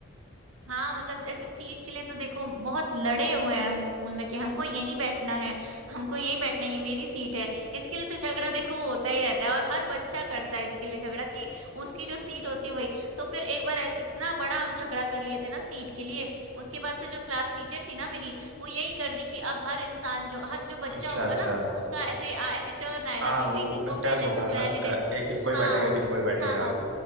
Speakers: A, on the right; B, on the right.
A: हाँ मतलब ऐसे सीट के लिए तो देखो बहुत लड़े हुए हैं हम स्कूल में कि हमको यहीं बैठना है हमको यहीं बैठना है ये मेरी सीट है इसके लिए तो झगड़ा देखो होता ही रहता है और हर बच्चा करता है इसके लिए झगड़ा कि उसकी जो सीट होती है वही तो फिर एक बार ऐ- इतना बड़ा हम झगड़ा कर लिए थे ना सीट के लिए उसके बाद से जो क्लास टीचर थी ना मेरी वो यही कर दी कि अब हर इंसान जो हर जो बच्चा
B: अच्छा
A: होगा
B: अच्छा
A: ना उसका ऐसे आ- ऐसे टर्न आएगा
B: हाँ
A: कि
B: वो
A: एक दिन वो
B: टर्न
A: पहले
B: होगा
A: पहले
B: हाँ
A: डेस्क
B: अ, एक
A: पे
B: दिन कोई
A: हाँ
B: बैठेगा एक दिन कोई बैठेगा
A: हाँ हाँ